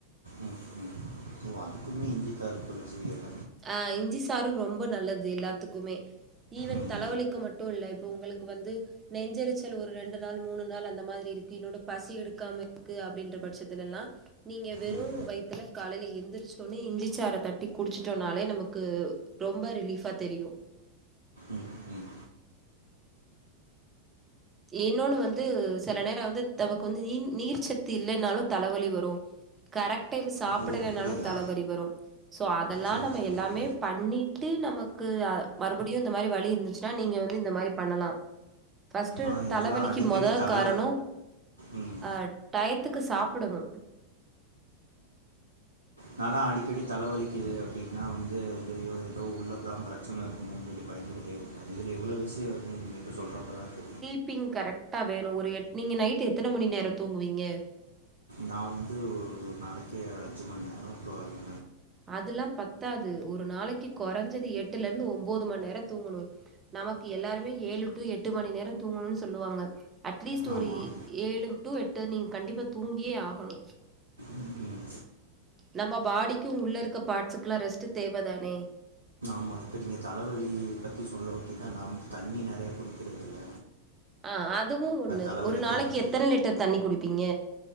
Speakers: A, on the right; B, on the right.
A: ம், ம். ஓ அதுக்குமே இஞ்சிச்சாறு துளசி எல
B: அ இஞ்சி சாறு ரொம்ப நல்லது எல்லாத்துக்குமே ஈவன்
A: ம்,
B: தலவலிக்கு மட்டு இல்ல இப்ப உங்களுக்கு வந்து நெஞ்செரிச்சல் ஒரு ரெண்டு நாள் மூணு நாள் அந்த மாதிரி இருக்கு இன்னொனு பசி எடுக்காம இருக்கு அப்டின்ற பட்சத்துலல்லா நீங்க வெறு‌
A: ம், ம்,
B: வயித்துல காலைல எந்திரிச்சோனே இஞ்சிச்சாற தட்டி குடு ச்சுட்டோன்னாலே நமக்கு ரொம்ப ரிலீஃபா தெரியு
A: ம், ம்.
B: இன்னோனு‌ வந்து செல நேர‌ வந்து தவக்கு வந்து நீ நீர்ச்சத்து இல்லன்னாலு தலவலி வரு கரெக்ட் டைம் சாப்பிடலனாலு
A: ஓ அப்படியா
B: தலவரி வரு ஸோ அதெல்லா
A: சரி
B: நம்ம
A: சரி
B: எல்லாமே
A: சரி
B: பண்ணிட்டு நமக்கு அ மறுபுடியு இந்த மாரி வலி இருந்துச்சுன்னா நீங்க வந்து இந்த மாரி பண்ணலா ஃபஸ்ட்டு
A: ஆ எனக்கெல்லாம்
B: தலவலிக்கு
A: அடிக்கடி
B: மொத
A: தலை
B: காரணொ
A: ம்
B: அ டயத்துக்கு சாப்புடனு
A: நாலா அடிக்கடி தலவலிக்குது அப்டின்னா வந்து ஐய்யய்யோ எதோ உள்ள தா பிரச்சன இருக்குமோன் சொல்லி பயந்துகிட்டே இருப்பே இதுல இவ்ளோ விஷயொ இருக்குன்‌ நீங்க இப்ப சொல்றப்ப தா தெ
B: ப்பிங் கரெக்ட்டா வேணு ஒரு எட் நீங்க நைட் எத்தன மணி நேர தூங்குவீங்க?
A: நா வந்து ஒரு‌ நாளக்கி அஞ்சு மண் நேர டு ஆறு ம
B: அதுல்லா பத்தாது ஒரு நாளைக்கு கொறஞ்சது எட்டுலருந்து ஒம்போது மண் நேர தூங்கனு நமக்கு எல்லாருமே ஏழு டு எட்டு மணி நேரொ தூங்கணுன் சொல்லுவாங்க அட்லீஸ்ட்
A: ஆமாம்
B: ஒரு ஏழு டு எட்டு நீங்க கண்டிப்பா தூங்கியே ஆகனு
A: ம்
B: நம்ம பாடிக்கு உள்ள இருக்க பாட்ஸுக்லா ரெஸ்ட்டு தேவதானே
A: ஆமா இப்ப நீங்க தலவலி பத்தி சொல்லவொட்டி தா நா வந்து தண்ணி நெறய குடுக்கிறதில்ல
B: ஆ அதுவு ஒன்னு
A: தலைவலிக்குதுன்னு
B: ஒரு நாளைக்கி எத்தன லிட்டர் தண்ணி குடுப்பீங்க